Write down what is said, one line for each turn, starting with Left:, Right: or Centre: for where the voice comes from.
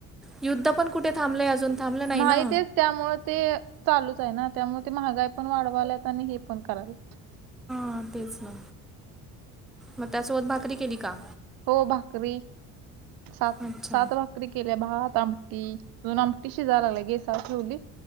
Centre: युद्ध पण कुठे थांबलंय अजून. थांबलं नाही
Right: माहितय
Centre: ना
Right: त्यामुळे ते चालूच आहे ना त्यामुळे ते महागाई पण वाढवाल्यात आणि हे पण करायला.
Centre: हा तेच ना मग त्यासोबत भाकरी केली का?
Right: हो भाकरी सात
Centre: अच्छा
Right: सात भाक री केल्या भात आमटी अजून आमटी शिजायलाय लागल्या गेसावर ठेवली.